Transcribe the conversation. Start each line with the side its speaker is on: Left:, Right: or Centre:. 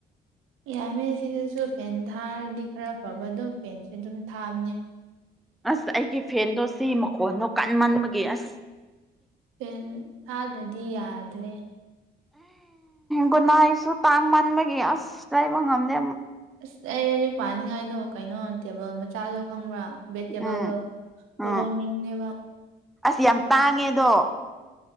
Right: ꯌꯥꯝꯃꯦ ꯁꯤꯗꯁꯨ ꯐꯦꯟ ꯊꯥꯔꯗꯤ ꯈꯔ ꯐꯕ ꯑꯗꯨꯝ ꯐꯦꯟꯁꯦ ꯑꯗꯨꯝ ꯊꯥꯕꯅꯦ
Centre: ꯑꯁ ꯑꯩꯒꯤ ꯐꯦꯟꯗꯣ ꯁꯤ ꯃꯈꯣꯟꯗꯣ ꯀꯟ ꯃꯟꯕꯒꯤꯦ ꯑꯁ
Right: ꯄꯦꯟ ꯊꯥꯗꯗꯤ ꯌꯥꯗ꯭ꯔꯦ
Centre: ꯒꯨꯅꯥꯏꯁꯨ ꯇꯥꯡ ꯃꯟꯥꯟꯕꯒꯤ ꯑꯁ ꯂꯩꯕ ꯉꯝꯗꯦ
Right: ꯑꯁ ꯑꯩ ꯂꯔꯤꯛ ꯄꯥꯅꯤꯡꯉꯥꯏꯗꯣ ꯀꯩꯅꯣ ꯇꯦꯕꯜ ꯃꯆꯥꯗꯣ ꯈꯪꯕ꯭ꯔꯥ ꯕ ꯇꯦꯕꯜꯗꯣ
Centre: ꯎꯝ ꯑꯥ
Right: ꯂ ꯂꯧꯅꯤꯡꯅꯦꯕ
Centre: ꯑꯁ ꯌꯥꯝ ꯇꯥꯡꯉꯦꯗꯣ